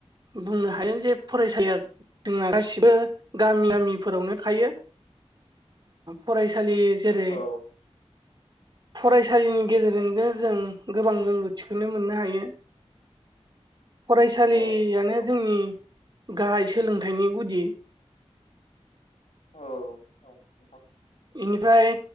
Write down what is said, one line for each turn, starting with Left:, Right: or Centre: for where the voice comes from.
Right: बुंनो हायो जे फरायसालिया जोंना गासिबो गामि गामिफोरावनो थायो। फरायसालि जेरै
Left: औ
Right: फरायसालिनि गेजेरजोंनो जों गोबां रोंगौथिखौनो मोननो हायो। फरायसालियानो
Left: औ औ
Right: जोंनि गाहाय सोलोंथाइनि गुदि
Left: औ औ नोंथां
Right: बेनिफ्राय